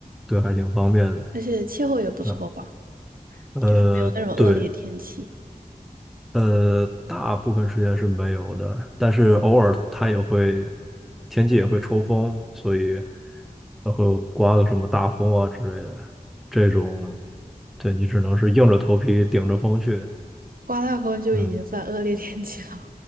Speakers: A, in the centre; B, on the right.
A: 对，还挺方便的。
B: 而且气候也不错吧，
A: 嗯，呃，
B: 就是没有那种恶劣天气。
A: 对。呃，大部分时间是没有的，但是偶尔它也会，天气也会抽风，所以它会刮个什么大风啊之类的。这种，对你只能是硬着头皮顶着风去。
B: 刮大风就已经算恶劣天气了。
A: 嗯